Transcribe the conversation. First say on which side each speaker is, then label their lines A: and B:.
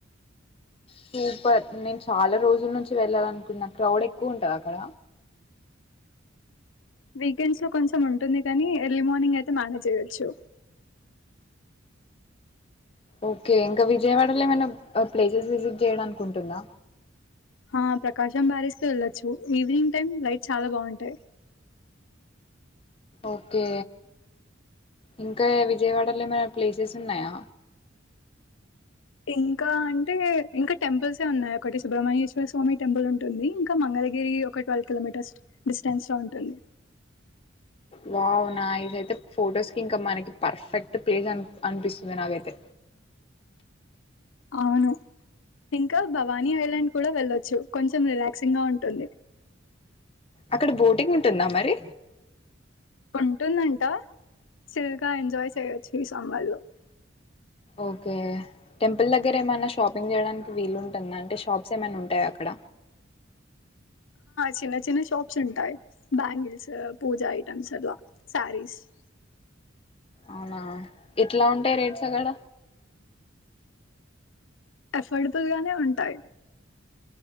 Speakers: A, on the left; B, on the left.
A: సూపర్ నేను చాలా రోజుల నుంచి వెళ్ళాల అనుకుంటున్నా క్రౌడ్ ఎక్కువ ఉంటద అక్కడ
B: వీకెండ్స్ లో కొంచెం ఉంటుంది కానీ ఎర్లీ మార్నింగ్ అయితే మేనేజ్ చేయొచ్చు
A: ఓకే ఇంకా విజయవాడలో ఏమైనా ప్లేసెస్ విజిట్ చేయడానీకీ ఉంటుందా
B: ఆ ప్రకాశం బ్యారేజ్కి వెళ్ళొచ్చు ఈవినింగ్ టైమ్ లైట్ చాలా బాగుంటాయి
A: ఓకే ఇంకా విజయవాడలో ఏమైనా ప్లేసెస్ ఉన్నాయా
B: ఇంకా అంటే ఇంకా టెంపుల్సే ఉన్నాయి ఒకటి సుబ్రహ్మణ్యేశ్వర స్వామి టెంపుల్ ఉంటుంది ఇంకా మంగళగిరి ఒక ట్వల్వ్ కిలోమీటర్స్ డిస్టెన్స్ లో ఉంటుంది
A: వావ్ నైస్ అయితే ఫొటోస్ కి ఇంకా మనకి పర్ఫెక్ట్ ప్లేస్ అన్ అనిపిస్తుంది నాకైతే
B: అవును ఇంకా భవానీ ఐలాండ్ కూడా వెళ్ళొచ్చు కొంచెం రిలాక్సింగ్ గా ఉంటుంది
A: అక్కడ బోటింగ్ ఉంటుందా మరి
B: ఉంటుందంట చిల్గా ఎంజాయ్ చేయొచ్చు ఈ సమ్మర్లో
A: ఓకే టెంపుల్ దగ్గర ఏమైనా షాపింగ్ చేయడానికి వీలు ఉంటుందా అంటే షాప్స్ ఏమైనా ఉంటాయా అక్కడ
B: చిన్న చిన్న షాప్స్ ఉంటాయి బ్యాంగిల్స్ పూజ ఐటమ్స్ అట్లా శారీస్ అ
A: అవునా ఎట్లా ఉంటాయి రేట్స్ అక్కడ
B: ఎఫోర్డబుల్ గానే ఉంటాయి